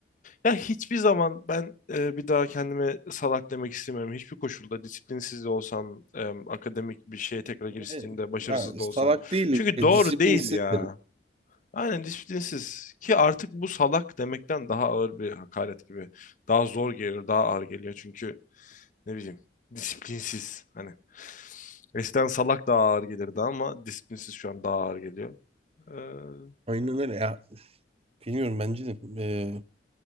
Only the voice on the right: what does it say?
E,
Ya
salak
değil,
e,
disiplinsiz
derim.
Aynen öyle ya. Bilmiyorum bence de. E,